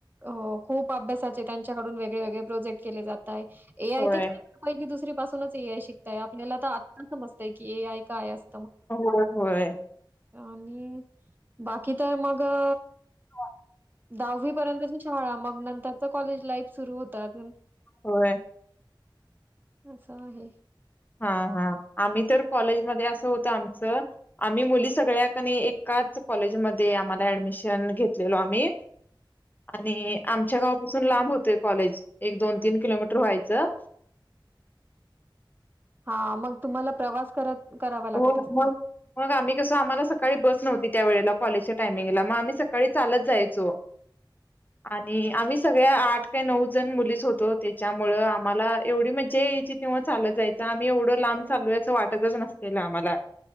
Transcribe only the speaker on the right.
अ खूप अभ्यासाचे त्यांच्याकडून वेगळे वेगळे प्रोजेक्ट केले जाताय एय
ते पहिली दुसरी पाूनच ए आय शिकताय आपल्याला तर आत्ता समजतय की ए आय काय अस
आणि बाकी तर मग अ
दहावी पर्यंतची शाळा मग नंतरच कॉलेज लाईफ सुरू होतात
असं आहे
<unintelligible> हा मग तुम्हाला प्रवास करत करावा लागत
असेल.